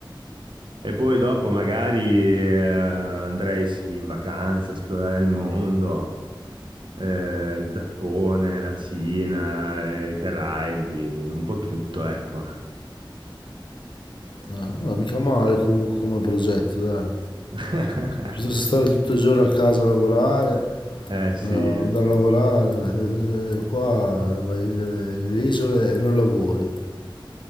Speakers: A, on the right; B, on the left.
A: E poi dopo magari eh, andrei sì in vacanza, esplorare il mondo, eh, il Giappone, la Cina, eh, i Caraibi, un po' tutto, ecco.
B: No, no, mica male comunque come progetto, dai.
A: <laughs>
B: Piuttosto stare tutto il giorno a casa a lavorare,
A: Eh sì,
B: eh, andare
A: eh sì.
B: a lavorare, eh, eh, qua eh, vai nelle isole e non lavori.